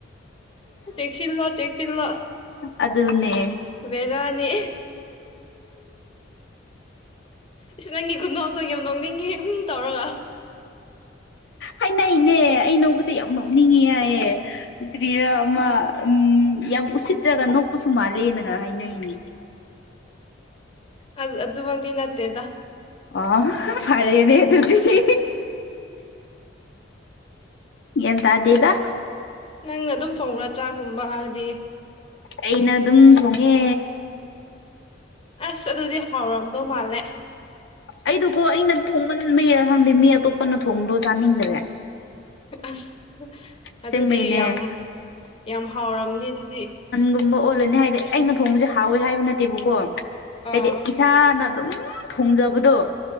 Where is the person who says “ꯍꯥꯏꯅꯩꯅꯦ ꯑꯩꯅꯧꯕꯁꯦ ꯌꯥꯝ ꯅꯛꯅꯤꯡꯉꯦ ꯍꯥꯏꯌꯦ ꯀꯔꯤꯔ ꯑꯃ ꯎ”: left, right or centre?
Left